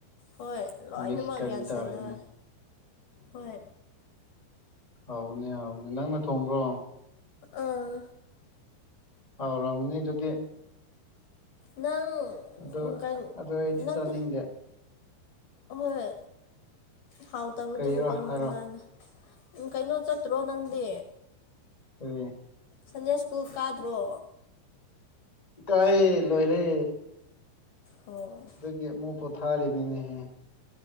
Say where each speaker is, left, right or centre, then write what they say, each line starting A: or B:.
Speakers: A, on the left; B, on the left.
A: ꯍꯣꯏ ꯂꯣꯏꯅꯃꯛ
B: ꯃꯤꯛꯁ ꯀꯔꯤ
A: ꯌꯥꯟꯁꯟꯅꯔ
B: ꯇꯥꯔꯦꯅꯦ
A: ꯍꯣꯏ
B: ꯍꯥꯎꯕꯅꯦ ꯍꯥꯎꯕꯅꯦ ꯅꯪꯅ ꯊꯣꯡꯕ꯭ꯔꯣ
A: ꯑꯥ
B: ꯍꯥꯎꯔꯝꯃꯅꯤ ꯑꯗꯨꯗꯤ
A: ꯅꯪ
B: ꯑꯗꯣ
A: ꯀꯩꯟ
B: ꯑꯗꯣ ꯑꯩꯗꯤ
A: ꯅꯪꯗꯤ
B: ꯆꯥꯅꯤꯡꯗꯦ
A: ꯍꯣꯏ ꯍꯥꯎꯇꯕꯗꯨꯕꯨ
B: ꯀꯔꯤꯔꯣ
A: ꯀꯟꯕꯨꯨ
B: ꯍꯥꯏꯔꯣ
A: ꯀꯅꯥꯅ ꯎꯝ ꯀꯩꯅꯣ ꯆꯠꯇ꯭ꯔꯣ ꯅꯪꯗꯤ
B: ꯀꯔꯤ
A: ꯁꯟꯗꯦ ꯁ꯭ꯀꯨꯜ ꯀꯥꯗ꯭ꯔꯣ
B: ꯀꯥꯏꯌꯦ ꯂꯣꯏꯔꯦ
A: ꯑꯣ
B: ꯑꯦꯞ ꯃꯨꯛ ꯄꯣꯊꯥꯔꯤꯅꯤꯅꯦꯍꯦ